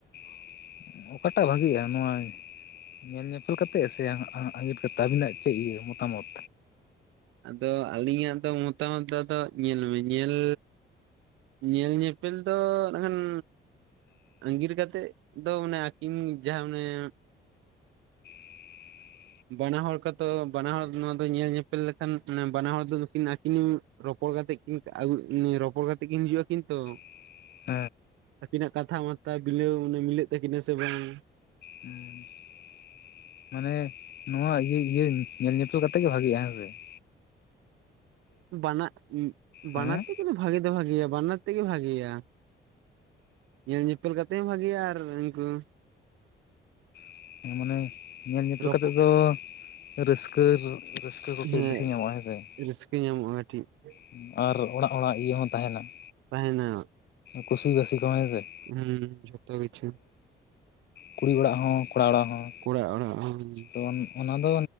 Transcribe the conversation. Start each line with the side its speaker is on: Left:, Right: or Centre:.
Left: <inaudible> ᱚᱠᱟᱴᱟᱜ ᱵᱷᱟᱜᱤᱼᱟ ᱱᱚᱣᱟ ᱼᱼ ᱧᱮᱞ ᱧᱮᱯᱮᱞ ᱠᱟᱛᱮᱜ ᱥᱮ ᱟᱸ ᱟᱸᱜᱤᱛ ᱠᱟᱛᱮᱜ ᱟᱵᱤᱱᱟᱜ ᱪᱮᱫ ᱤᱭᱟᱹ ᱢᱚᱛᱟᱢᱚᱛ?
Right: ᱟᱫᱚ ᱟᱞᱤᱧᱟᱜ ᱫᱚ ᱢᱚᱛᱟ ᱢᱚᱛ ᱫᱚ ᱟᱫᱚ ᱧᱮᱞ ᱢᱮ ᱧᱮᱞᱼᱼ ᱧᱮᱞ ᱧᱮᱯᱮᱞ ᱫᱚ <unintelligible> ᱟᱸᱜᱤᱨ ᱠᱟᱛᱮᱜ ᱫᱚ ᱚᱱᱮ ᱟᱠᱤᱱ ᱡᱟᱦᱟᱸ ᱚᱱᱮᱼᱼ
Left: <inaudible>
Right: ᱵᱟᱱᱟ ᱦᱚᱲ ᱠᱚᱛᱚ ᱵᱟᱱᱟ ᱦᱚᱲ ᱱᱚᱣᱟ ᱫᱚ ᱧᱮᱞ ᱧᱮᱯᱮᱞ ᱞᱮᱠᱷᱟᱱ ᱢᱟᱱᱮ ᱵᱟᱱᱟ ᱦᱚᱲ ᱫᱚ ᱱᱩᱠᱤᱱ ᱟᱠᱤᱱᱼᱼ ᱨᱚᱯᱚᱲ ᱠᱟᱛᱮ ᱠᱤᱱ ᱟᱜᱩ ᱨᱚᱯᱚᱲ ᱠᱟᱛᱮ ᱠᱤᱱ ᱦᱤᱡᱩᱜᱼᱟ ᱠᱤᱱ ᱛᱚ ᱾
Left: <inaudible>
Right: ᱟᱠᱤᱱᱟᱜ ᱠᱟᱛᱷᱟ ᱢᱟᱛᱟ ᱵᱤᱞᱟᱹᱣ ᱢᱤᱞᱟᱹᱜ ᱛᱟᱠᱤᱱᱟ ᱥᱮ ᱵᱟᱝ,
Left: ᱦᱮᱸ <inaudible> <inaudible> ᱢᱟᱱᱮ ᱱᱚᱣᱟ ᱤᱭᱟᱹ ᱤᱭᱟᱹ ᱧᱮᱞ ᱧᱯᱮᱞ ᱠᱟᱛᱮᱜ ᱜᱮ ᱵᱷᱟᱜᱤᱼᱟ ᱦᱮᱸᱥᱮ ᱾
Right: ᱵᱟᱱᱟᱜ
Left: ᱦᱮᱸ
Right: ᱵᱟᱱᱟᱨ ᱛᱮᱜᱮ ᱵᱷᱟᱜᱤ ᱫᱚ ᱵᱷᱟᱜᱤᱭᱟ ᱵᱟᱱᱟᱨ ᱛᱮᱜᱮ ᱵᱷᱟᱜᱤᱭᱟ ᱾ ᱧᱮᱞ ᱧᱮᱯᱮᱞ ᱠᱟᱛᱮ ᱦᱚᱸ ᱵᱷᱟᱜᱮᱭᱟ ᱟᱨ ᱩᱱᱠᱩᱼᱼ
Left: <inaudible> ᱢᱟᱱᱮᱼᱼ <inaudible> ᱧᱮᱞ ᱧᱮᱯᱮᱞ
Right: ᱨᱚᱯᱚᱜ
Left: ᱠᱟᱛᱮᱜ ᱫᱚ ᱨᱟᱹᱥᱠᱟᱹ ᱨᱟᱹᱥᱠᱟᱹ ᱠᱟᱹᱴᱤᱡ
Right: ᱦᱮᱸ
Left: ᱵᱮᱥᱤ ᱧᱟᱢᱚᱜᱼᱟ ᱦᱮᱸᱥᱮ ᱾
Right: ᱨᱟᱹᱥᱠᱟᱹ ᱧᱟᱢᱚᱜᱼᱟ ᱴᱷᱤᱠ ᱾
Left: <inaudible> ᱟᱨ ᱚᱲᱟᱜ ᱚᱲᱟᱜ ᱤᱭᱟᱹ ᱦᱚᱸ ᱛᱟᱸᱦᱮᱱᱟ ᱾
Right: ᱛᱟᱦᱮᱱᱟ ᱾
Left: ᱠᱩᱥᱤ ᱵᱟᱥᱤ ᱠᱚᱦᱚ ᱦᱮᱸ ᱥᱮ ᱾
Right: ᱦᱩᱸ ᱡᱷᱚᱛᱚ ᱠᱤᱪᱷᱩ ᱾
Left: ᱠᱩᱲᱤ ᱚᱲᱟᱜ ᱦᱚᱸ ᱠᱚᱲᱟ ᱚᱲᱟᱜ ᱦᱚᱸ,
Right: ᱠᱚᱲᱟ ᱚᱲᱟᱜ ᱦᱚᱸ,
Left: <inaudible> ᱚᱱ ᱚᱱᱟ ᱫᱚ